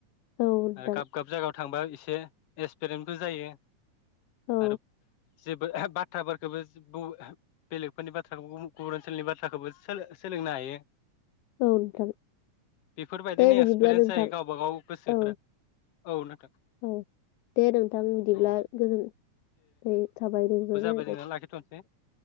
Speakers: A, on the left (about 80°); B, on the left (about 60°).
A: औ नोंथां
B: आरो गाब गाब जागा थांबा एसे एक्सपेरेन्टबो जायो।
A: औ
B: आरो जेबो ओ बा थ्राफोरखौबो ज ब ओ बेलेगफोरनि बाथ्राखौ गुबुन गुबुन ओनसोलनि बाथ्राखौबो सो-सोलोंनो हायो।
A: औ नोंथां
B: बेफोरबायदिनो
A: दे बिदिब्ला
B: एक्सपिरियेन्स
A: नोंथां
B: जायो गावबा गाव गोसोफोरा
A: औ
B: औ नोंथां
A: औ दे नोंथां बिदिब्ला
B: औ
A: गोजोन नाय थाबाय नोंजों रा
B: बो जोंना लाखिथ'नसै